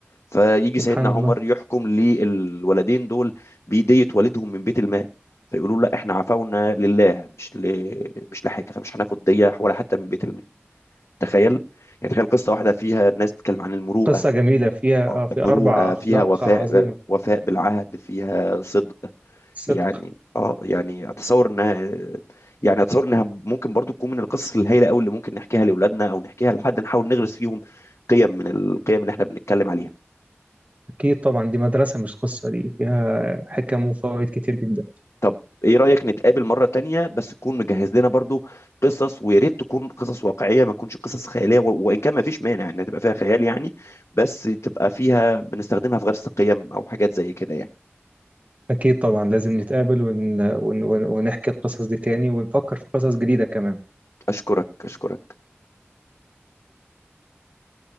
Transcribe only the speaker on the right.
سبحان
الله
قصة جميلة فيها
آه، في
أربع أخلاق
عظيمة
صدق
أكيد طبعا دي مدرسة مش قصة دي فيها حكم وفوائد كتير جدا
أكيد طبعا لازم نتقابل ون... ون... ون... ونحكي القصص دي تاني ونفكر في قصص جديدة كمان